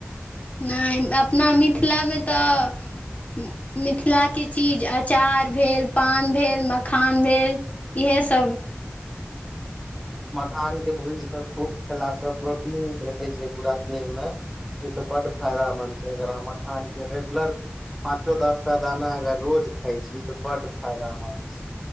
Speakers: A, on the left (about 35°); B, in the centre.
A: नहि अपना मिथिलामे तऽ मिथिला के चीज अचार भेल पान भेल मखान भेल इहे सब
B: मखानके भूजि कऽ खूब खेलासे प्रोटीन भेटैत छै पूरा देहमे ओहिसँ बड्ड फायदामन्द छै अरह मखानके रेगुलर पाँचो दसटा दाना अगर रोज खाइ छी त बड फायदामन्द छै